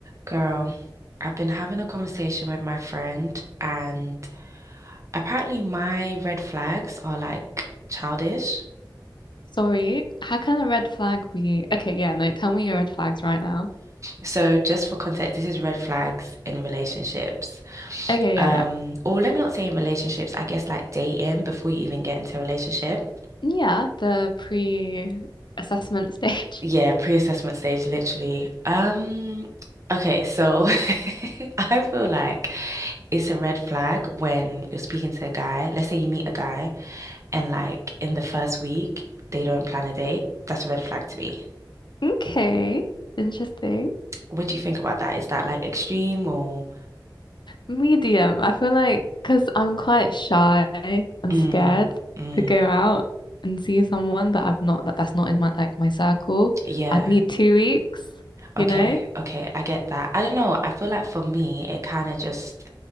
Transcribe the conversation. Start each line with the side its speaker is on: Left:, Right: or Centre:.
Right: Girl, I've been having a conversation with my friend, and apparently my red flags are like childish.
Left: Sorry, how can a red flag be? Okay, yeah, no, tell me your red flags right now.
Right: So just for context, this is red flags in relationships.
Left: Okay,
Right: Um,
Left: yeah, yeah.
Right: or let me not say in relationships, I guess like dating before you even get into a relationship.
Left: Yeah, the pre-assessment stage.
Right: Yeah,
Left: <laughs>
Right: pre-assessment stage, literally. Um, okay, so <laughs> I feel like it's a red flag when you're speaking to a guy. Let's say you meet a guy. and like in the first week they don't plan a date, that's a red flag to me.
Left: Okay, interesting.
Right: What do you think about that? Is that like extreme or
Left: Medium. I feel like because I'm quite shy and
Right: mm,
Left: scared
Right: mm,
Left: to go out and see someone that I've not like that's not in my like my circle.
Right: yeah.
Left: I'd need two weeks,
Right: Okay,
Left: you know?
Right: okay, I get that. I don't know. I feel like for me, it kind of just